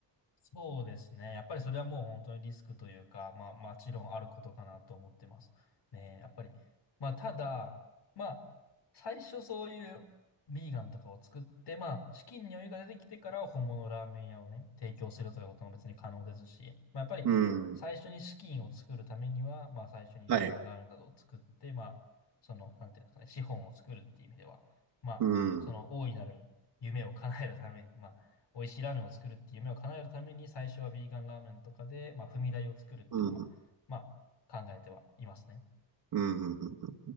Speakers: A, on the left (about 60°); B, on the right (about 60°).
A: そうですね。やっぱりそれはもう本当にリスクというか、まあ、もちろんあることかなと思ってます。ね、やっぱり。まあ、ただ、まあ、最初そういうビーガンとかを作って、まあ、資金に余裕が出てきてから本物のラーメン屋をね、提供するということも別に可能ですし、まあ、やっぱり最初に資金を作るためには、
B: うん。
A: まあ、最初にビーガンラーメンなどを作って、
B: はい。
A: まあ、その、なんていうんですかね、資本を作るっていう意味では、まあ、
B: うん。
A: その大いなる夢を叶えるために、まあ、美味しいラーメンを作るっていう夢を叶えるために、最初はビーガンラーメンとかで、まあ、踏み台を作るっていうのは、
B: うん。
A: まあ、考えてはいますね。
B: うん。うん。